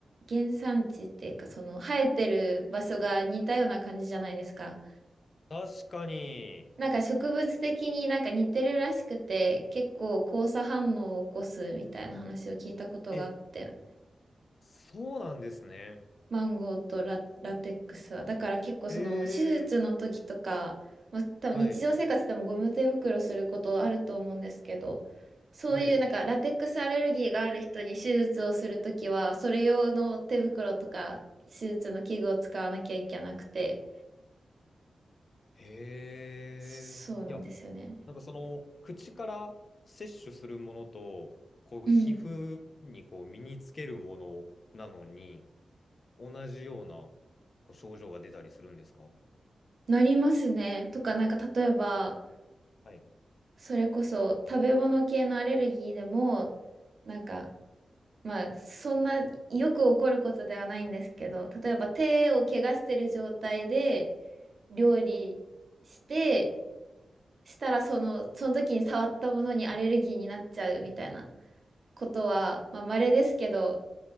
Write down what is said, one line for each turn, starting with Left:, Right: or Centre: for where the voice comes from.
Right: 原産地っていうかその生えてる場所が似たような感じじゃないですか。
Left: 確かに。
Right: なんか植物的になんか似てるらしくて結構交差反応を起こすみたいな話を聞いたことがあって
Left: え、そうなんですね。
Right: マンゴーとラ、ラテックスは。だから結構その手術の時とか、
Left: ええ
Right: まあ、多分日常生活でもゴム手袋することあると思うんですけど、
Left: はい、
Right: そういうなんかラテックスアレルギーがある人に手術をするときは、
Left: はい。
Right: それ用の手袋とか手術の器具を使わなきゃいけなくて、
Left: へえ。
Right: そうなんですよね。
Left: いや、なんかその、口から摂取するものと、こう、
Right: うん。
Left: 皮膚にこう、身につけるものなのに、同じような、こう、症状が出たりするんですか
Right: なりますね。とかなんか例えば、
Left: はい。
Right: それこそ食べ物系のアレルギーでも、なんかまあ、そんなよく起こることではないんですけど、例えば手を怪我してる状態で料理して、したらその、その時に触ったものにアレルギーになっちゃうみたいなことは、まあ、稀ですけど、